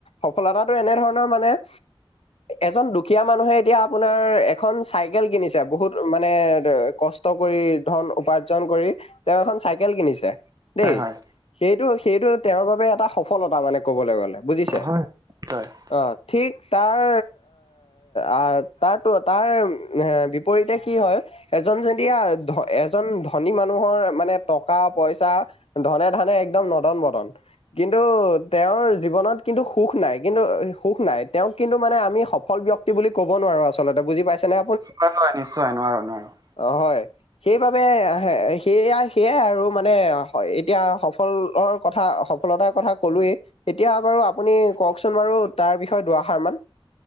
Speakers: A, on the left; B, on the right.
A: সফলতাটো, এনে ধৰনৰ মানে এজন দুখীয়া মানুহে এতিয়া আপোনাৰ এখন চাই কেল কিনিছে, বহুত মানে কষ্ট কৰি ধন উপাৰ্জন কৰি। তেওঁ এখন চাইকেল কিনিছে দেই।
B: হয়।
A: সেইটো, সেইটো তেওঁৰ বাবে এটা সফলতা মানে ক'বলৈ গ'লে বুজিছে?
B: হয় হয়
A: অ', ঠিক তাৰ আৰ, তাৰ টো তাৰ নেম, বিপৰীতে কি হয়? এজন যেদিয়া ধ, এজন ধনী মানুহৰ মানে টকা-পইচা ধনে-ঢানে একদম নদন-বদন কিন্তু তেওঁৰ জীৱনত কিন্তু সুখ নাই, কিন্তু সুখ নাই, তেওঁক কিন্তু মানে আমি সফল ব্যক ক্তি, বুলি ক'ব নোৱাৰো আচলতে, বুজি পাইছে নে?
B: হয় হয়, নিশ্চয় নোৱাৰো নোৱাৰো।
A: অ', হয়, সেইবাবে সেয়া সেয়াই আৰু মানে হয়, এতিয়া সফলৰ কথা, সফলতাৰ কথা ক'লোৱেই। এতিয়া বাৰু, আপুনি কওকচোন বাৰু তাৰ বিষয়ে দুআষাৰ মান।